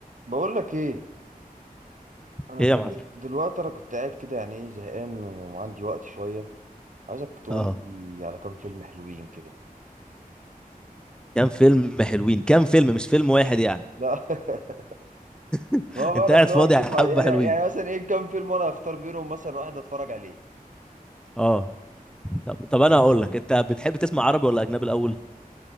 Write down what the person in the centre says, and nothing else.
ايه يا معلم
اه
كام فيلم حلوين كام فيلم مش فيلم واحد يعني
<laughs>
انت
قاعد فاضي
يا حبه
حلوين
اه طب طب انا هقول لك انت بتحب تسمع عربي ولا اجنبي الاول